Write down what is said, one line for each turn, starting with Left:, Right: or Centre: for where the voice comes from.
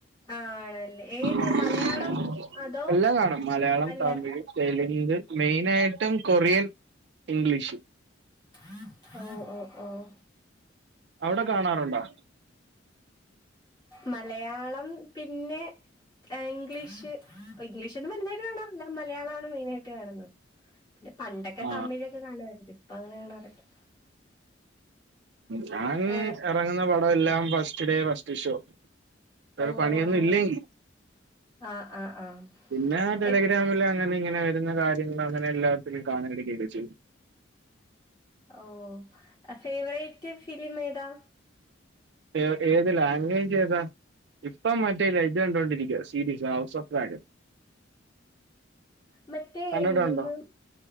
Left: ആണല്ലേ ഏത്
Right: <inaudible>
Left: മലയാളം അതോ
Right: എല്ലാം കാണും മലയാളം
Left: അല്ല
Right: തമിഴ് തെലുങ്ക്, മെയിനായിട്ടും കൊറിയൻ ഇംഗ്ലീഷ്.
Left: ഹ്മ്മ് ഹ്മ്മ് ഹ്മ്മ്
Right: അവ്ടെ കാണാറുണ്ടോ?
Left: മലയാളം പിന്നെ ഇംഗ്ലീഷ്. ഇംഗ്ലീഷൊന്നും വലുതായിട്ട് കാണാറില്ല മലയാളാണ് മെയിനായിട്ട് കാണുന്നത്. പണ്ടൊക്കെ
Right: ആ
Left: തമിഴൊക്കെ കാണുവായിരുന്നു. ഇപ്പങ്ങനെ കാണാറില്ല
Right: ഞാൻ
Left: ആപ്പ്
Right: എറങ്ങുന്ന പടമെല്ലാം ഫസ്റ്റ് ഡേ ഫസ്റ്റ് ഷോ വേറെ
Left: ഓഹ്
Right: പണിയൊന്നും
Left: അങ്ങനെ
Right: ഇല്ലെങ്കിൽ.
Left: ആഹ് ആഹ് ആഹ്
Right: പിന്നെ ടെലിഗ്രാമിലങ്ങനെ
Left: എപ്
Right: ഇങ്ങനെ ക്കുന്ന കാര്യങ്ങള് അങ്ങനെ എല്ലാത്തിലും കാണാൻ വേണ്ടി കയറ്റി വെച്ച്
Left: ഓഹ് ഫേവറേറ്റ് ഫിലിമേതാ
Right: ഏ ഏത് ലാംഗ്വേജ് ഏതാ ഇപ്പം മറ്റേ ലെ ഇത് കണ്ടോണ്ടിരിക്കുവാ സീരിസ് ഹൗസ് ഓഫ് ഡ്രാഗൺ
Left: മറ്റേ
Right: കണ്ടിട്ടുണ്ടോ
Left: എന്തോന്ന്